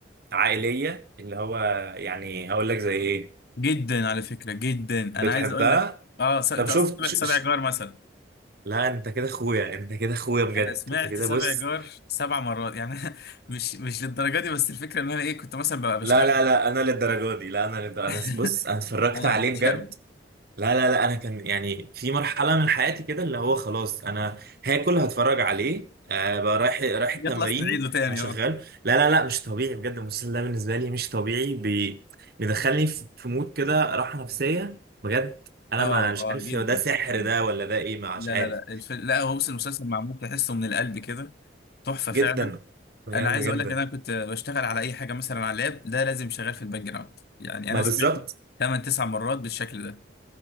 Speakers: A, on the right (about 55°); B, on the left (about 55°).
A: عائلية اللي هو يعني هقول لك زي ايه
B: جدا على فكرة جدا انا
A: بتحبها
B: عايز اقول لك اه س- انت
A: طب شفت
B: قصدك سبع
A: ش...
B: سبع
A: ش...
B: جار مثلا
A: لا انت كده اخويا انت كده اخويا بجد
B: انا سمعت
A: انت كده
B: سبع
A: بص
B: جار سبع مرات يعني <laughs> مش مش للدرجة دي بس الفكرة ان انا ايه كنت مثلا ببقى بشتغل
A: لا لا لا انا للدرجه دي لا انا للدرجة.
B: <laughs>
A: انا بص انا اتفرجت
B: انا
A: عليه
B: بعشقه
A: بجد لا لا لا انا كان يعني في مرحله من حياتي كده اللي هو خلاص انا هاكل هتفرج عليه آه بقى رايح رايح التمرين
B: يخلص نعيده تاني
A: هشغله
B: اه
A: لا لا لا مش طبيعي بجد المسلسل ده بالنسبه لي مش طبيعي بي... بيدخلني في في مود كده راحه نفسيه بجد انا
B: اه
A: ما مش عارف
B: اه جدا
A: ده سحر
B: جدا
A: ده ولا ده ايه ما
B: لا
A: مش عارف
B: لا لا الف... لا هو بص المسلسل معمول تحسه من القلب كده تحفة
A: جدا
B: فعلا
A: بجد
B: انا عايز
A: جدا
B: اقول لك ان انا كنت بشتغل على اي حاجة مثلا على اللاب ده لازم شغال في الباك جراوند يعني
A: ما
B: انا
A: بالظبط
B: سمعته 8 9 مرات بالشكل ده